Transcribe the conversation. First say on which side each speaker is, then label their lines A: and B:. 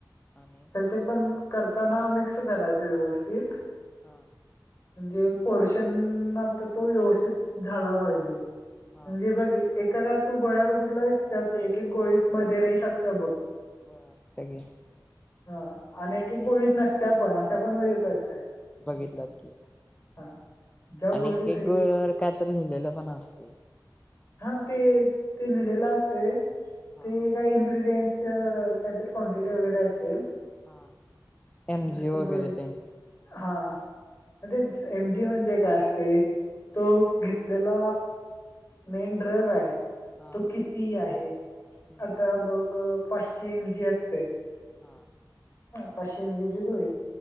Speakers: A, on the left (about 15°); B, on the left (about 35°).
A: आणि
B: खर ते पण करताना मिक्स करायचं व्यवस्थित
A: हा
B: म्हणजे पोर्षन आता तो व्यवस्थित झाला पाहिजे.
A: हा
B: म्हणजे बघ एका का तू गोळ्या बघितलयस त्यात एक एक गोळीत मध्ये रेश असतेय बघ
A: होय असते की
B: हा आणि एक एक गोळीत नसते पण अशा पण बघितलायस काय?
A: बघितल्यात की,
B: हा ज्या
A: आणि
B: गोळी
A: एक
B: तरी
A: गोळ्यावर काय तरी लिहिलेलं पण असतय.
B: हा ते ते लिहिलेलं असतय
A: हा
B: ते काय इंग्रेडीयन्स काहीतरी क्वाँटिटी वगैरे असेल
A: हा एमजी
B: ते प्रत्येक
A: वगैरे
B: गोळी
A: ते
B: हा तेच एमजी म्हणजे काय असतय तो घेतलेला मेन ड्रग आहे.
A: हा
B: तो किती आहे
A: हम्म
B: आता बघ पाचशे एमजी असतय
A: हा
B: पाचशे एमजी ची गोळी